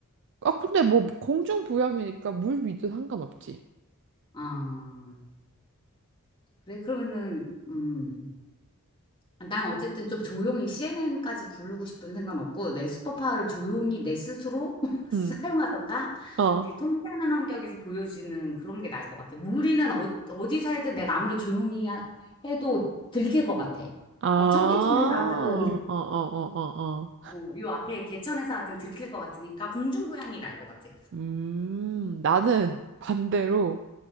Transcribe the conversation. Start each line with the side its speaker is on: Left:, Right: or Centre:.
Right: 아, 근데 뭐 공중부양이니까 물 위도 상관없지.
Left: 아, 그래 그러면은 음. 난 어쨌든 좀 조용히 CNN까지 부르고 싶은 생각은 없고 내 슈퍼파워를 조용히 내 스스로 <laughs>
Right: 응.
Left: 사용하던가
Right: 어.
Left: 이 통쾌하는 환경에서 보여지는 그런 게 나을 것 같아. 무리는 어, 어디서 해든 내가 아무리 조용히 하- 해도 들킬 것 같아.
Right: 아, 어,
Left: 막 청계천에서 하든 <laughs>
Right: 어, 어, 어, 어.
Left: 어, 요 앞에 개천에서 하든 들킬 것 같으니까 공중부양이 날 것 같아.
Right: 음, 나는 반대로